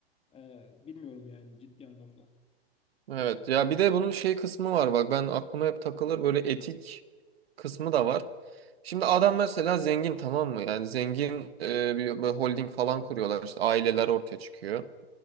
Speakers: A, on the left (about 20°); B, on the right (about 70°).
A: Ee, bilmiyorum yani ciddi anlamda.
B: Evet ya bir de bunun şey kısmı var bak ben aklıma hep takılır böyle etik kısmı da var. Şimdi adam mesela zengin tamam mı? Yani zengin e, bir, bir holding falan kuruyorlar işte aileler ortaya çıkıyor.